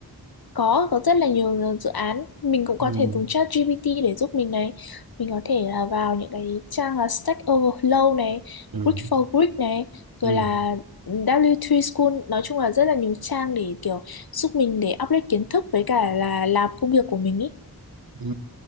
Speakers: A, on the left; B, on the right.
A: Có, có rất là nhiều ờ, dự án mình cũng
B: ừ
A: có thể dùng ChatGPT để giúp mình này mình có thể là vào những cái trang là Stack Overflow này
B: ừ
A: Greek for Greek này rồi
B: ừ
A: là W3 School nói chung là rất là nhiều trang để kiểu giúp mình để update kiến thức với cả là làm công việc của mình ý
B: ừ